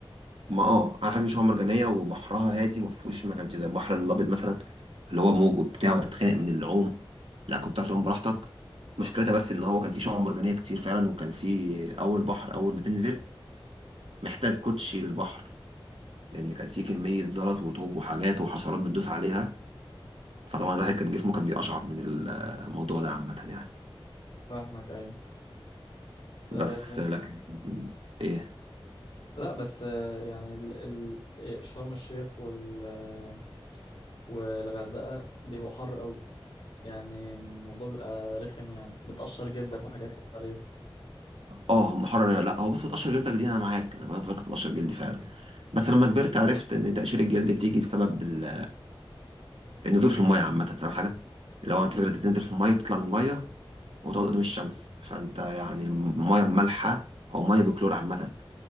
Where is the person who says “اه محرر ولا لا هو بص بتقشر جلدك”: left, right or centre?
Right